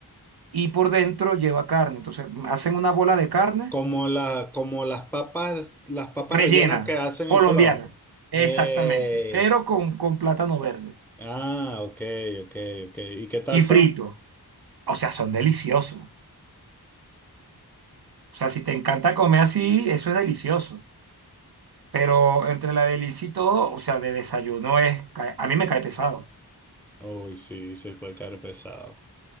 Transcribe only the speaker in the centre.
Como la, como las papas, las papas
rellenas que hacen
en Colombia. Es.
Ah, ok, ok, ok. ¿Y qué tal
son?
Uy, sí, se puede caer pesado.